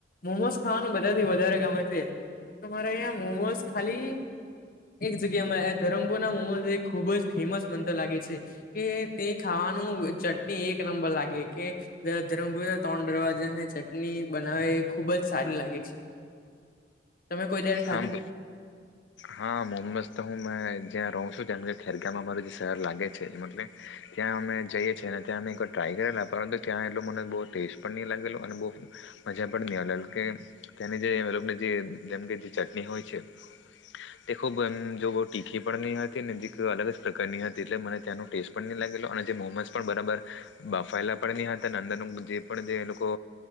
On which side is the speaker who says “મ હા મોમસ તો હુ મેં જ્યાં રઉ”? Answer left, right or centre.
Left